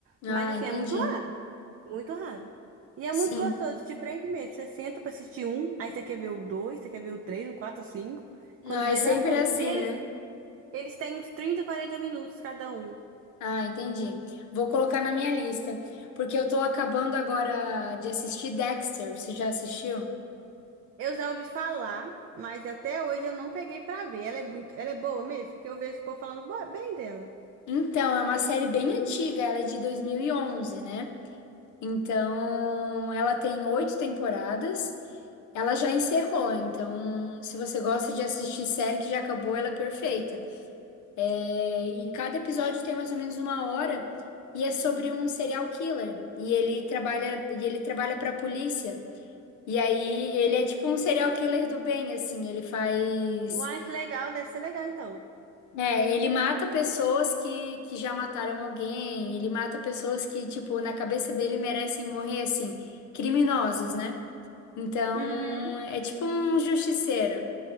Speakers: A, on the left (about 70°); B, on the right (about 50°).
A: Ah,
B: Mas assim,
A: entendi.
B: é muito raro, muito raro. E é
A: Sim.
B: muito gostoso, te prende mesmo. Você senta pra assistir um, aí você quer ver o dois, você quer ver o três, o quatro, o cinco. Quando
A: Ai,
B: vê,
A: sempre
B: já foi.
A: é assim,
B: E eles
A: né?
B: eles têm uns 30, 40 minutos cada um.
A: Ah, entendi. Vou colocar na minha lista, porque eu tô acabando agora de assistir Dexter. Você já assistiu?
B: Eu já ouvi falar, mas até hoje eu não peguei pra ver. Ela é muito, ela é boa mesmo, porque eu vejo o povo falando bo- bem dela.
A: Então, é uma série bem antiga, ela é de dois mil e onze né? Então, ela tem oito temporadas. Ela já encerrou, então, se você gosta de assistir série que já acabou, ela é perfeita. É, E cada episódio tem mais ou menos uma hora e é sobre um serial killer. E ele trabalha, e ele trabalha para a polícia. E aí ele é tipo um serial killer do bem, assim, ele faz.
B: Uai, que legal, deve ser legal então.
A: É, ele mata pessoas que, que já mataram alguém, ele mata pessoas que, tipo, na cabeça dele merecem morrer, assim, criminosos, né? Então,
B: Uhum.
A: é tipo um justiceiro.